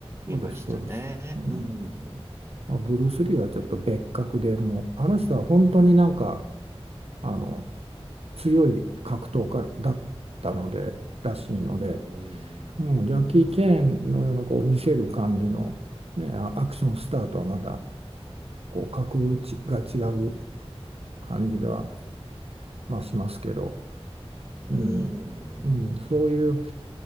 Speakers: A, on the right; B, on the right.
A: そうです、
B: 見ましたね。
A: そうです。うん、
B: うん。
A: まあ、ブルース・リーはちょっと別格でもう、あの人は本当になんか、あの、強い格闘家だったので、らしいので、
B: うん、うん、
A: うん、
B: うん、
A: ジャッキー・チェーンのようなこう見せる感じの、
B: うん、
A: ね、あアクションスターとはまたこう格打ちが違う感じが、まあ、しますけど、
B: うん。
A: うん、うん、
B: うん。
A: そういう、